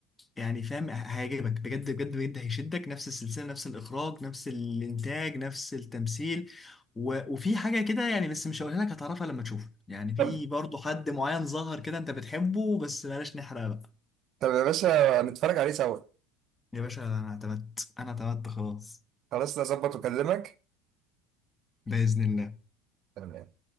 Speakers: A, on the left (about 15°); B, on the right (about 50°).
A: يعني فاهم هيعجبك بجد بجد بجد هيشدك نفس السلسلة نفس الإخراج نفس الإنتاج نفس التمثيل و... وفي حاجة كده يعني بس مش هقولها لك هتعرفها لما تشوفه يعني في
B: طب
A: برضه حد معين ظهر كده أنت بتحبه بس بلاش نحرق بقى
B: طب يا باشا نتفرج عليه سوا
A: يا باشا أنا اعتمدت أنا اعتمدت خلاص
B: خلاص نظبط واكلمك
A: بإذن الله
B: تمام